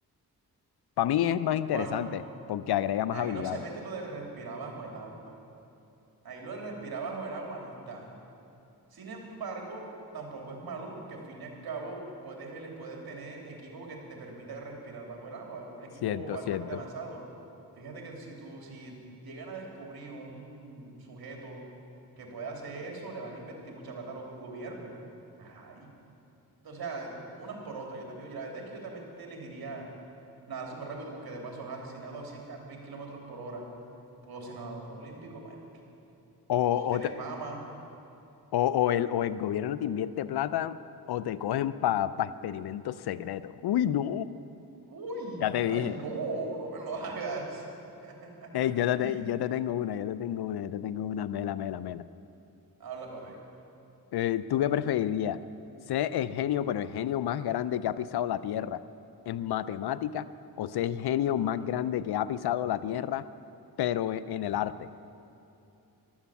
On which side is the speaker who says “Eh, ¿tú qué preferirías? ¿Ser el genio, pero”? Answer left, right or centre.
Left